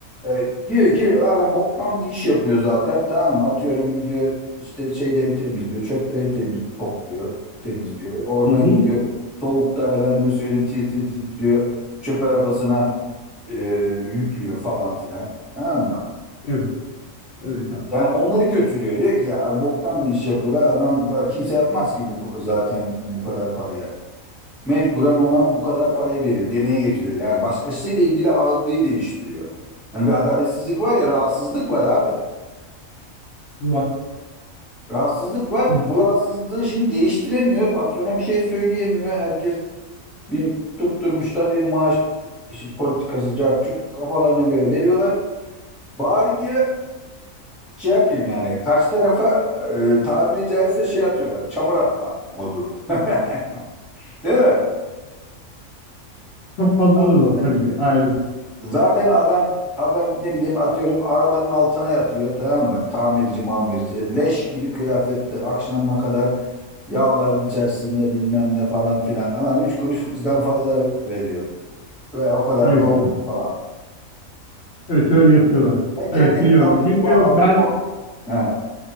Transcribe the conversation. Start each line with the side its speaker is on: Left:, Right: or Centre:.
Centre: E, diyor ki adam boktan bir iş yapıyor zaten tamam mı? Atıyorum gidiyor işte şeyleri temizliyor, çöpleri temiz topluyor, temizliyor. Oradan
Left: Hı hı.
Centre: gidiyor soğukta efendime söyleyeyim titriyor, titriyor. Çöp arabasına e, yüklüyor falan filan. Tamam mı?
Left: Evet. Evet abi.
Centre: Yani onları kötülüyor. Diyor ki ya boktan bir iş yapıyorlar. Adam da- kimse yapmaz ki bu zaten bu kadar paraya. Mecburen ona bu kadar parayı veriyor, demeye getiriyor. Yani başkasıyla ilgili algıyı değiştiriyor. Hani bir adaletsizlik var ya, rahatsızlık var abi.
Left: var.
Centre: Rahatsızlık var.
Left: Tabii
Centre: Bu
Left: ki
Centre: rahatsızlığı şimdi değiştiremiyor. Patrona bir şey söyleyemiyor. Herkes bir tutturmuşlar bir maaş işi, politikası cart curt kafalarına göre veriyorlar. Bari diyor şey yapayım yani karşı tarafa e, tabiri caizse şey atıyorlar. Çamur atma modu. <laughs> Değil mi?
Left: Çok fazladır
Centre: <laughs>
Left: o tabii ki. Aynen.
Centre: Zaten adam adam ne bileyim atıyorum arabanın altına yatıyor tamam mı? Tamirci mamirci leş gibi kıyafetler akşama kadar yağların içerisinde bilmem ne falan filan. Ama üç kuruş bizden fazla veriyor ve o kadar
Left: Evet
Centre: da olsun
Left: abi.
Centre: falan.
Left: Evet öyle yapıyorlar.
Centre: Ya kendini
Left: Evet biliyorum.
Centre: kandırma
Left: Çünkü
Centre: avutma.
Left: ben
Centre: He.